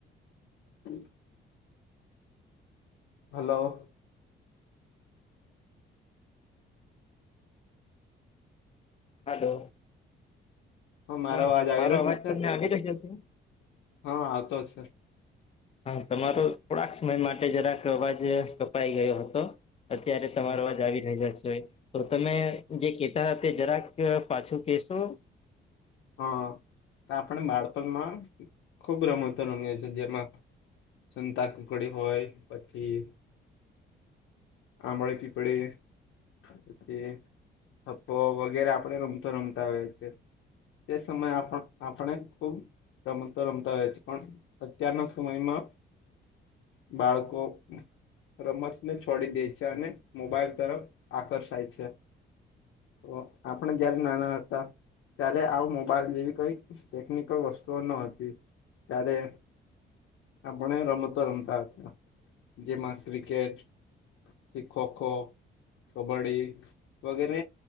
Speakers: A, on the left; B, on the left.
A: હમ <unintelligible> હલો!
B: હલો!
A: મારો
B: હા
A: અવાજ આવી
B: મારો
A: રહ્યો
B: અવાજ
A: છે
B: તમને આવી રયો છે.?
A: હા આવતો છે.
B: હા તમારો થોડાક સમય માટે જરાક અવાજ કપાઈ ગયો હતો. અત્યારે તમારોવા
A: હા
B: જ આવી રહ્યા છે તો તમે જે કે તે જરાક પાછું કેહેશો?
A: હા આપણે બાળપણમાં ખુબ રમતો રમીએીએ જેમાં સંતા કુકડી હોય પછી આંબળ કી પીપડી પછી થપ્પો વગેરે આપડે રમતો રમતા હોય છે. તે સમયે આપ આપણે ખૂબ રમત તો રમતા હોય છે પણ અત્યારના સમયમાં બાળકો રમત ને છોડી દે છે અને મોબાઈલ તરફ આકર્ષાય છે. તો આપણે જયારે નાના હતા, ત્યારે આવ મોબાઈલ જેવી કઈ ટેકનિકલ વસ્તુઓ ન હતી. ત્યારે આપણે રમતો રમતા હતા જેમાં ક્રિકેટ, પછી ખોખો, કબડ્ડી વગેરે